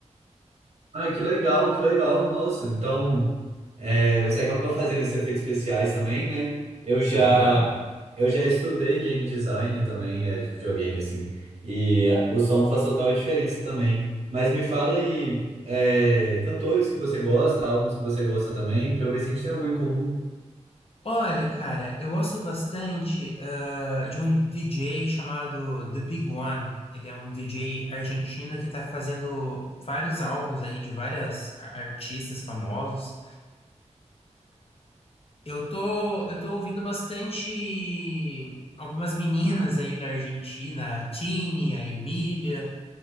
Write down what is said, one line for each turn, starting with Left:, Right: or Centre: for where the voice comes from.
Right: Ai, que legal, que legal. Nossa, então é, você acaba fazendo esses efeitos especiais também, né? Eu já,
Left: Aham.
Right: eu já estudei game design também, é, de videogame, assim. E é, o som faz total diferença também. Mas me fala aí, é, cantores que você gosta, álbuns que você gosta também, pra eu ver se a gente tem algo em comum.
Left: Olha, cara, eu gosto bastante ah, de um DJ chamado The Big One. Ele é um DJ argentino que está fazendo vários álbuns aí de várias a- artistas famosos. Eu tô, eu tô ouvindo bastante algumas meninas aí da Argentina, a Tini, a Emília.